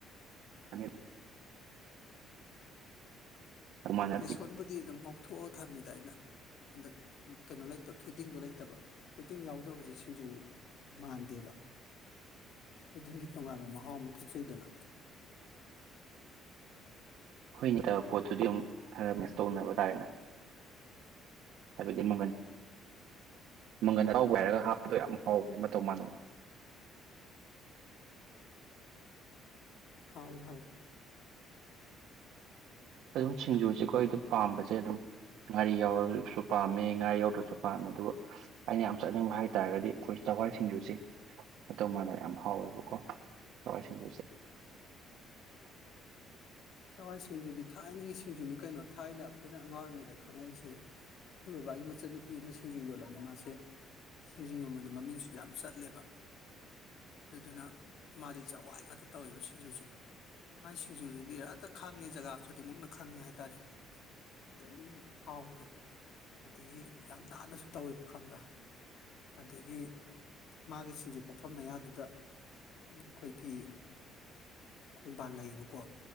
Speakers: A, on the right (about 70°); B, on the left (about 60°).
A: ꯑꯅꯤ ꯑꯗꯨꯃꯥꯏꯅ
B: ꯕꯦꯁꯣꯟꯕꯨꯗꯤ ꯑꯗꯨꯝ ꯉꯧꯊꯣꯛꯑ ꯊꯝꯃꯤꯗ ꯑꯩꯅ ꯍꯟꯗꯛ ꯀꯩꯅꯣ ꯂꯩꯇꯕ ꯊꯣꯏꯗꯤꯡꯗꯣ ꯂꯩꯇꯕ ꯊꯣꯏꯗꯤꯡ ꯌꯥꯎꯗꯕꯁꯦ ꯁꯤꯡꯖꯨ ꯃꯥꯟꯗꯦꯕ ꯊꯣꯏꯗꯤꯡꯒꯤ ꯇꯣꯉꯥꯟꯕ ꯃꯍꯥꯎ ꯑꯃ ꯊꯣꯛꯆꯩꯗꯅ
A: ꯑꯈꯣꯏ ꯂꯩꯇꯕ ꯄꯣꯠꯇꯨꯗꯤ ꯑꯗꯨꯝ ꯈꯔ ꯃꯤꯁ ꯇꯧꯅꯕ ꯇꯥꯔꯦꯗꯅ
B: ꯑ
A: ꯑꯗꯨꯗꯤ ꯃꯃꯟ ꯃꯪꯒꯜ ꯍꯔꯥꯎꯕ ꯍꯥꯏꯔꯒ ꯍꯥꯞꯄꯗꯣ ꯌꯥꯝ ꯍꯥꯎꯕꯅꯦ ꯑꯃ ꯃꯇꯧ ꯃꯥꯟꯗꯅ
B: ꯍꯥꯎꯋꯤ ꯍꯥꯎꯋꯤ
A: ꯑꯗꯨꯝ ꯁꯤꯡꯖꯨꯁꯦꯀꯣ ꯑꯩꯗꯤ ꯄꯥꯝꯕꯁꯦ ꯑꯗꯨꯝ ꯉꯥꯔꯤ ꯌꯥꯎꯔꯒ ꯁꯨ ꯄꯥꯝꯃꯤ ꯉꯥ ꯌꯧꯗ꯭ꯔꯁꯨ ꯄꯥꯝꯃꯦ ꯑꯗꯨꯒ ꯑꯩꯅ ꯌꯥꯝ ꯆꯥꯅꯤꯡꯕ ꯍꯥꯏꯇꯥꯥꯔꯒꯗꯤ ꯑꯩꯈꯣꯏ ꯆꯛꯋꯥꯏ ꯁꯤꯡꯖꯨꯁꯦ ꯃꯇꯧ ꯃꯥꯟꯗꯅ ꯌꯥꯝ ꯍꯥꯎꯋꯦ ꯀꯣ ꯆꯛꯋꯥꯏ ꯁꯤꯡꯖꯨꯁꯦ
B: ꯆꯛꯋꯥꯏ ꯁꯤꯡꯖꯨꯗꯤ ꯊꯥꯏꯅꯒꯤ ꯁꯤꯡꯖꯨꯅꯤ ꯀꯩꯅꯣ ꯊꯥꯏꯅ ꯑꯩꯈꯣꯏꯅ ꯑꯉꯥꯡ ꯑꯣꯏꯔꯤꯉꯩꯗ ꯈꯪꯉꯛꯏꯁꯦ ꯑꯩꯈꯣꯏ ꯕꯕꯥꯒꯤ ꯃꯆꯟꯅꯨꯄꯤ ꯑꯃ ꯁꯤꯡꯖꯨ ꯌꯣꯜꯂꯝꯃꯦ ꯃꯥꯁꯦ ꯁꯤꯡꯖꯨ ꯌꯣꯟꯕꯗ ꯃꯃꯤꯡꯁꯨ ꯌꯥꯝ ꯆꯠꯂꯦꯕ ꯑꯗꯨꯗꯨꯅ ꯃꯥꯗꯤ ꯆꯛꯋꯥꯏ ꯉꯥꯛꯇ ꯇꯧꯋꯦꯕ ꯁꯤꯡꯖꯨꯁꯦ ꯃꯥꯥꯏ ꯁꯤꯡꯖꯨꯗꯨꯗꯤ ꯑꯠ ꯍꯛꯇ ꯈꯪꯉꯦ ꯖꯒꯥ ꯈꯨꯗꯤꯡꯃꯛꯅ ꯈꯪꯉꯦ ꯍꯥꯏꯇꯥꯔꯦ ꯑꯗꯨꯝ ꯍꯥꯎꯕꯗꯣ ꯑꯗꯒꯤ ꯌꯥꯝ ꯅꯥꯟꯅꯁꯨ ꯇꯧꯋꯦꯕ ꯈꯕ꯭ꯔꯥ ꯑꯗꯒꯤ ꯃꯥꯒꯤ ꯁꯤꯡꯖꯨ ꯄꯐꯝ ꯃꯌꯥꯗꯨꯗ ꯑꯩꯈꯣꯏꯒꯤ ꯈꯣꯡꯕꯥꯜ ꯂꯩꯌꯦꯕꯀꯣ